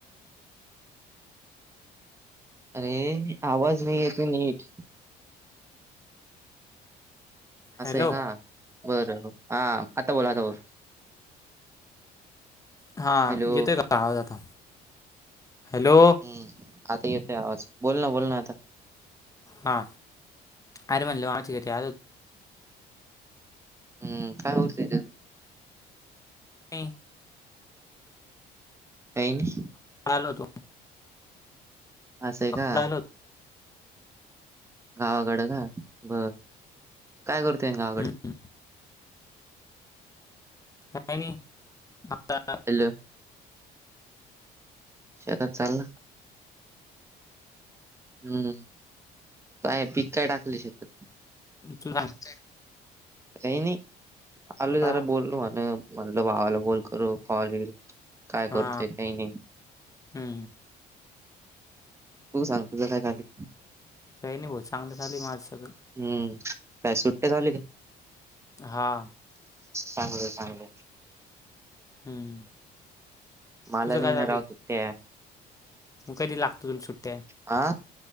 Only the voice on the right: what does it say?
अरे आवाज नाही येतती नीट. असं
आहे का बर हा आता बोलातावर.
हॅलो
हम आता येतोय आवाज बोल ना बोल ना आता
हम्म काय होरतय.
नाहीय नाही.
असं आहे का
गावाकडं का बघ काय करतो गावाकड
हॅलो शेतात चालला. हम्म काय पीक काय टाकले शकात.
का नाही आलू जरा
बोललो म्हण म्हणल बावाला बोल करू कॉल येईल. काय
करतेय काही नाही.
तू सांग तुझ काय खाली
हम्म काय सुट्ट्या झाले का?
चांगलं चांगलं.
मला
नाही
ना
राव सुट्ट्या
आ